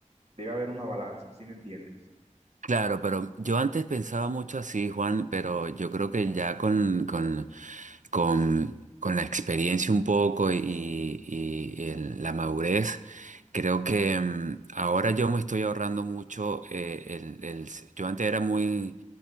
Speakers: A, on the right; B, on the right.
A: debe haber una balanza, ¿sí me entiendes?
B: Claro, pero yo antes pensaba mucho así, Juan, pero yo creo que ya con, con, con, con la experiencia un poco y, y- y el- la madurez, creo que mm, ahora yo me estoy ahorrando mucho. eh, el, el- yo antes era muy